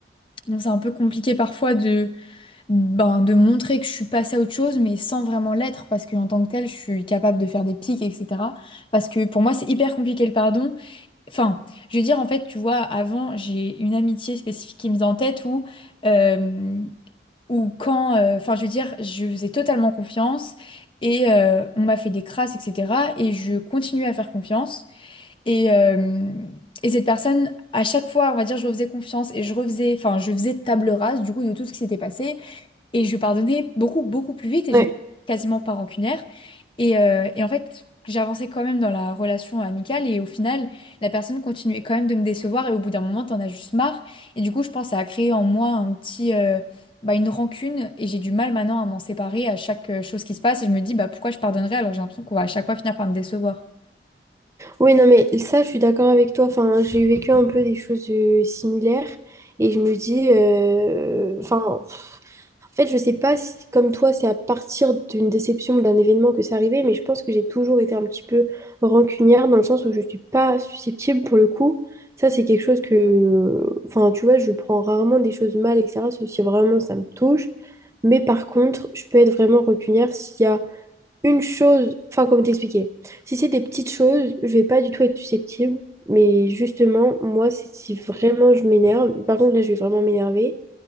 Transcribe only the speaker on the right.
Ouais.
Oui, non, mais ça, je suis d'accord avec toi. Enfin, j'ai vécu un peu des choses euh, similaires et je me dis, euh, enfin, pff, en fait, je sais pas si, comme toi, c'est à partir d'une déception, d'un événement que c'est arrivé, mais je pense que j'ai toujours été un petit peu rancunière dans le sens où je suis pas susceptible pour le coup. Ça, c'est quelque chose que, enfin, tu vois, je prends rarement des choses mal, etc., sauf si vraiment ça me touche. Mais par contre, je peux être vraiment rancunière s'il y a une chose, enfin, comment t'expliquer? Si c'est des petites choses, je vais pas du tout être susceptible. Mais justement, moi, si si vraiment je m'énerve, par contre, là, je vais vraiment m'énerver.